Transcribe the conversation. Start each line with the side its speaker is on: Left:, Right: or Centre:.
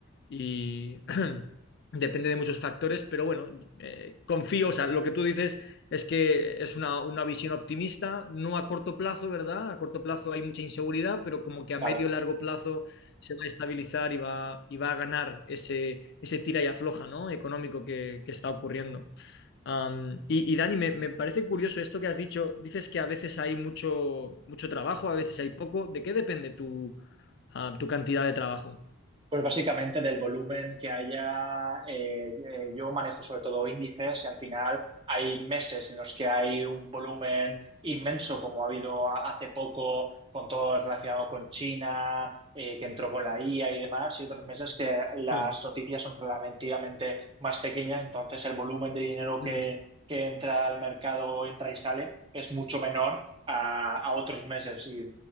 Left: y <clears throat> depende de muchos factores, pero bueno, eh, confío, o sea, lo que tú dices es que es una, una visión optimista, no a corto plazo, ¿verdad? A corto plazo hay mucha inseguridad, pero como que a
Right: Claro,
Left: medio largo plazo se va a estabilizar y va, y va a ganar ese, ese tira y afloja, ¿no? Económico que, que está ocurriendo. Am, y, y Dani, me, me parece curioso esto que has dicho, dices que a veces hay mucho, mucho trabajo, a veces hay poco, ¿de qué depende tu, ah, tu cantidad de trabajo?
Right: Pues básicamente del volumen que haya, eh, eh, yo manejo sobre todo índices y al final hay meses en los que hay un volumen inmenso como ha habido a- hace poco con todo relacionado con China, eh, que entró con la IA y demás, y otros meses que las
Left: Sí.
Right: noticias son relativamente más pequeñas, entonces el volumen de dinero
Left: Mm,
Right: que, que entra al mercado, entra y sale, es mucho menor a, a otros meses y